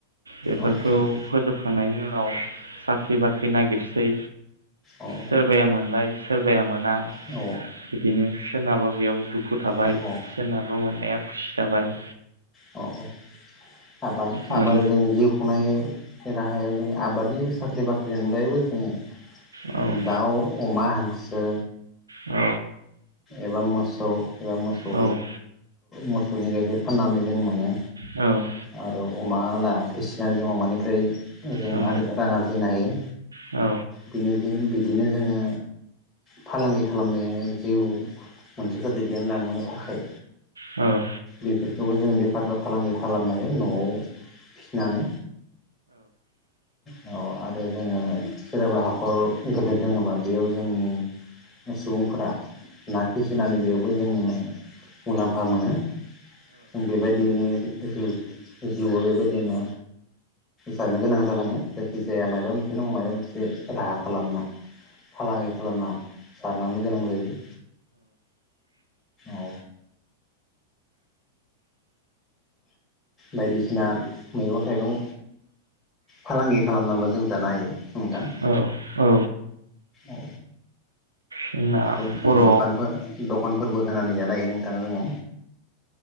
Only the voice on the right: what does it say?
बेफोरखौ
फोजोबखांनायनि उनाव औ साख्रि बाख्रि नागिरसै
सोरबाया मोनलाय सोरबाया मोना
बिदिनो सोरनाबा बेयाव दुखु थाबाय
सोरनाबा मोननाया खुसि जाबाय
मोन
औ
औ
औ
औ
औ
औ
औ
औ औ
जोंना
बर'